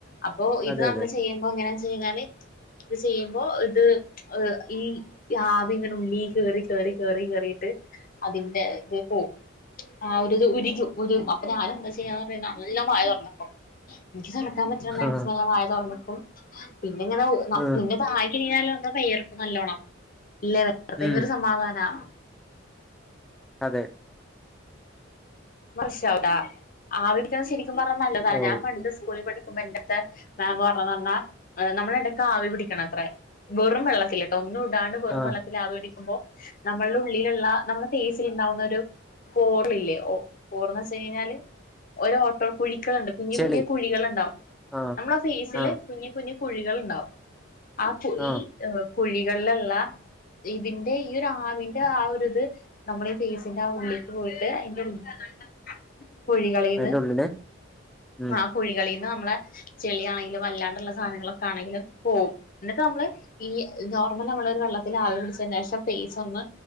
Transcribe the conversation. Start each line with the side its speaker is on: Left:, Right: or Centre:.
Left: അപ്പൊ ഇത്
Centre: അതെ
Left: നമ്മള്
Centre: അതെ
Left: ചെയ്യുമ്പോ ഇങ്ങനെ ചെയ്താല് ഇതു ചെയ്യുമ്പോ ഇത് ഈഹ് ഈ ആ ഇങ്ങനെ ഉള്ളി കേറി കേറി കേറി കേറിട്ട് അതിന്റെ ഇത് പോവും. ആ ഒരു ഇത് ഉരുകും. ഉരു അപ്പൊ ഞാൻ എന്താ ചെയ്യാന്ന് പറയ നല്ല മഴ തുറന്നപ്പം ഇൻകി <unintelligible> ഞാൻ പറ്റ്ണ മാക്സിമം
Centre: ആഹ്
Left: ഞാൻ വായ തൊറന്ന് പ്പം പിന്നെ ഇങ്ങനെ
Centre: ആഹ്
Left: പിന്നെത് ആയിക്കഴിഞാലോ <unintelligible> നല്ലോണം ഇല്ലേ പ്രത്യേക
Centre: ഉം
Left: ഒര് സമാധാനാ
Centre: അതെ
Left: വർഷ അവ്ടാ ആവിപിടിച്ചാൽ ശരി ക്കും പറഞ്ഞാ നല്ലതാ
Centre: ഓ
Left: ഞാൻ പണ്ട് സ്കൂളിൽ പഠി ക്കുമ്പം എൻ്റട്ത്ത് മാം പറഞ്ഞുന്ന് പറഞ്ഞാൽ നമ്മള് ഇടക്ക് ആവി പിടിക്കണത്രേ. വെറും വെള്ളത്തില് ട്ടോ ഒന്നും ഇടാണ്ട് വെറുവെള്ളത്തിൽ
Centre: ആഹ്
Left: ആവി പിടിക്കുമ്പോൾ നമ്മളുടെ ഉള്ളിലുള്ള നമ്മ പി സി ഉണ്ടാവുന്ന ഒരു ഹോർല് ഇല്ലേ. ഒ ഹോർ ന്ന് വെച്ചഴിഞ്ഞാല് ഓരോ ഓട്ടോ കുഴിക്കൾണ്ട്. കുഞ്ഞി
Centre: ചെളി
Left: കുഞ്ഞി കുഴികളുണ്ടാവും.
Centre: ആഹ്
Left: നമ്മടെ ആ ഫേസില്
Centre: ആഹ്
Left: കുഞ്ഞു കുഞ്ഞു കുഴികൾ ഉണ്ടാവും. ആ കുയി
Centre: ആഹ്
Left: ഏർ കുഴികളില്ള്ള ഇതിൻ്റെ ഈ ഒരാവിൻ്റ ആ ഒരിത് നമ്മളീ ഫേസ് ൻ്റെ ആ ഉള്ളിൽക്ക് പോയിട്ട് അയിൻ്റെ <unintelligible> കുഴികളിന്ന്
Centre: അയിന്റെ ഉള്ളില് ഉം
Left: ആ കുഴികളിന്ന് ന മ്മളെ ചെളിയാണെങ്കിലും അല്ലാണ്ടുള്ള സാനങ്ങളൊക്കെ ആണെങ്കിലും പോവും. ഇന്നട്ട് നമ്മള് ഈ നോർമൽ ഒരു വെള്ളത്തിൽ ആവി പിടിച്ചതിന് ശേഷം ഫെയ്സ് ഒന്ന്